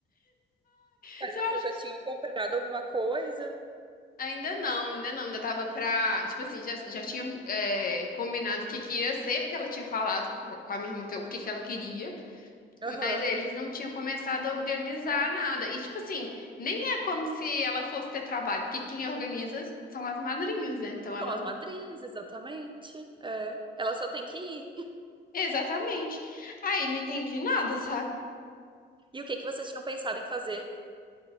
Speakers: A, on the right; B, on the left.
A: Mas
B: Isso
A: vocês
B: eu acho
A: já
B: que.
A: tinham comprado alguma coisa?
B: Ainda não, ainda não, ainda tava pra. Tipo assim, já, já tinha é, combinado o que que ia ser, porque ela tinha falado com com a minha irmã que, o que que ela queria.
A: Aham.
B: Mas eles não tinham começado a organizar nada. E, tipo assim, nem é como se ela fosse ter trabalho, porque quem organiza são as madrinhas, né? Então ela.
A: São as madrinhas, exatamente. É. Ela só tem que ir.
B: Exatamente. Aí não entendi nada, sabe?
A: E o que que vocês tinham pensado em fazer?